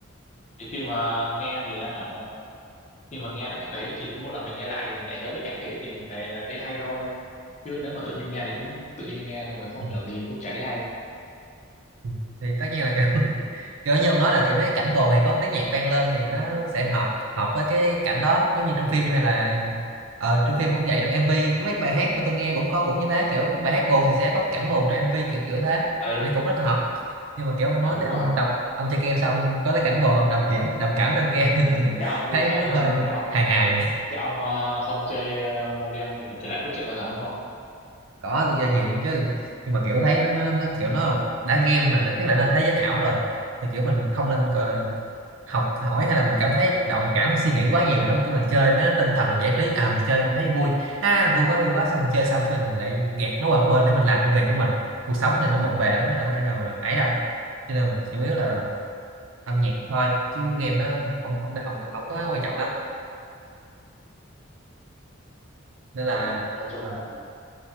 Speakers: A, on the left; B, on the right.
A: thì khi mà nghe thì á hả khi mà nghe lại nhạc đấy thì cứ mỗi lần mình nghe lại thì mình lại nhớ tới cảnh đấy thì mình lại à, thấy hay thôi chứ nếu mà tự nhiên nghe thì cũng tự nhiên nghe xong rồi không
B: Ừ.
A: hiểu gì cũng chả thấy hay
B: Ừ. thì tất nhiên là kiểu <laughs> kiểu như ông nói là kiểu mấy cái cảnh buồn thì có tiếng nhạc vang lên thì nó sẽ hợp hợp với cái cảnh đó giống như trong phim hay là ờ, trong phim cũng vậy trong MV mấy bài hát mà tôi nghe cũng có cũng như thế kiểu bài hát buồn thì sẽ có cảnh buồn trong MV kiểu kiểu thế
A: ừ,
B: thì nó cũng rất là hợp nhưng mà kiểu ông nói
A: ừ đúng
B: tới
A: rồi
B: ông đọc ông chơi game xong có tới cảnh buồn ông đồng cảm đồng cảm trong game
A: ừ,
B: <laughs> thì tôi
A: chắc ông cũng
B: thấy
A: hay
B: nó
A: ờ,
B: hơi
A: chắc ông
B: hài hài
A: chắc ông ờ, không chơi ờ, game thì thể loại cốt truyện bao giờ đúng không
B: có tôi chơi nhiều lắm chứ nhưng mà kiểu thấy nó, nó, nó kiểu nó đã game là đã thấy là là thế giới ảo rồi thì kiểu mình không nên gọi là học hỏi hay là mình cảm thấy đồng cảm hay suy nghĩ quá nhiều về nó cái mình chơi với nó tinh thần là giải trí à mình chơi thấy vui ha vui quá vui quá xong mình chơi xong cái mình lại gạt nó qua một bên để mình làm công việc của mình cuộc sống này nó bộn bề lắm mình đâu có thể nào mà ấy đâu cho nên mình chủ yếu là âm nhạc thôi chứ game nó không không không, không có quan trọng lắm nên
A: rồi
B: là
A: nói chung
B: ờ,
A: là